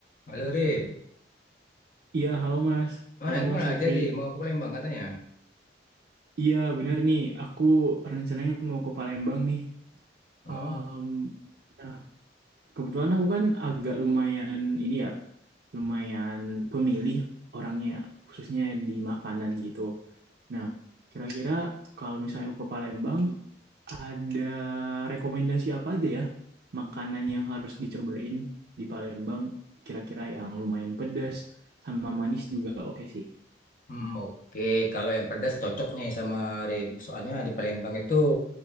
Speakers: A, on the left; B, on the right.
A: Halo Rip,
B: Iya, halo Mas.
A: mana
B: Halo
A: gimana
B: Mas Nopri.
A: jadi mau ke Palembang katanya?
B: Iya, benar nih. Aku rencananya mau ke Palembang nih.
A: Oh,
B: Em, nah, kebetulan aku kan agak lumayan ini ya, lumayan pemilih orangnya, ya, khususnya di makanan gitu. Nah, kira-kira kalau misalnya aku ke Palembang, ada rekomendasi apa aja ya makanan yang harus dicobain di Palembang? Kira-kira yang lumayan pedas sama manis juga oke sih.
A: hmm, oke. Kalau yang pedas cocok nih sama Rip. Soalnya di Palembang itu